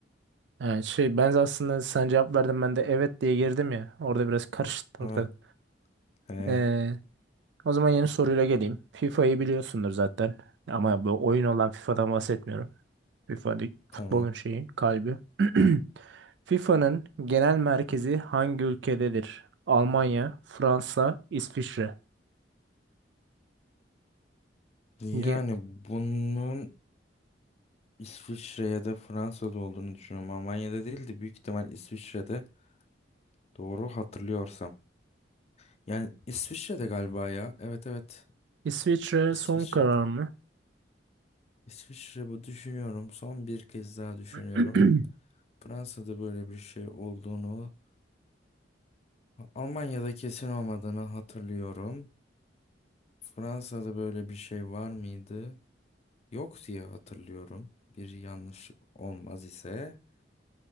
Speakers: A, on the right; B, on the left.
A: Yani şey ben aslında sen cevap verdin ben de evet diye girdim ya. Orada biraz karıştı ortalık.
B: Ha, he,
A: Ee, o zaman yeni soruyla geleyim. FIFA'yı biliyorsundur zaten. Ama bu oyun olan FIFA'dan bahsetmiyorum. FIFA lig- futbolun
B: tamam.
A: şeyi, kalbi. <clears throat> FIFA'nın genel merkezi hangi ülkededir? Almanya, Fransa, İsviçre.
B: Yani
A: Ge-
B: bunun İsviçre ya da Fransa'da olduğunu düşünüyorum. Almanya'da değil de büyük ihtimal İsviçre'de doğru hatırlıyorsam. Yani İsviçre'de galiba ya. Evet evet.
A: İsviçre
B: İsviçre'de.
A: son karar mı?
B: İsviçre bu düşünüyorum. Son bir kez daha düşünüyorum.
A: <clears throat>
B: Fransa'da böyle bir şey olduğunu, Almanya'da kesin olmadığını hatırlıyorum. Fransa'da böyle bir şey var mıydı? Yok diye hatırlıyorum. Bir yanlışlık olmaz ise.